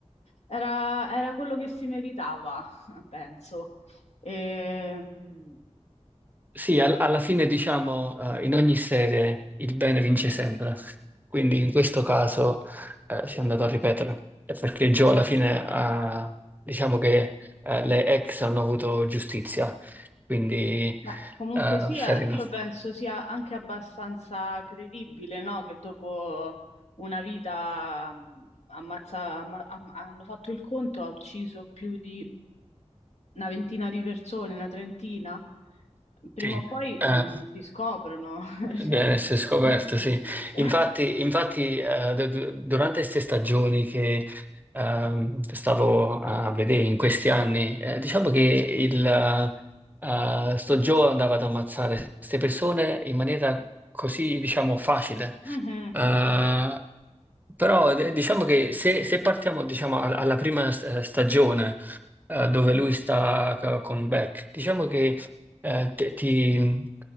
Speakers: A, on the left (about 70°); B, on the right (about 15°).
A: Era, era quello che si meritava, <laughs> penso. Ehm,
B: Sì, al- alla fine diciamo eh, in ogni serie il bene vince sempre, quindi in questo caso eh, si è andato a ripetere, Eh, perché Joe alla fine ha, diciamo che eh, le ex hanno avuto giustizia, quindi
A: beh, comunque
B: eh,
A: sia,
B: fair enough.
A: io penso sia anche abbastanza credibile, no? Che dopo una vita mh, ammazza, amma- am- hanno fatto il conto, ha ucciso più di una ventina di persone, una trentina. Prima
B: Sì,
A: o poi
B: eh,
A: mh, ti scoprono. <laughs> cioè.
B: bene, si è scoperto,
A: <laughs>
B: sì. Infatti, infatti eh, d- d- durante queste stagioni che ehm, stavo a vedere in questi anni, eh, diciamo che il, eh, eh, sto Joe andava ad ammazzare queste persone in maniera così, diciamo, facile.
A: Mhm.
B: Eh,
A: Sì.
B: però eh, diciamo che se, se partiamo, diciamo, al- alla prima eh, stagione, eh, dove lui sta ca- con Beck. Diciamo che eh, te- ti,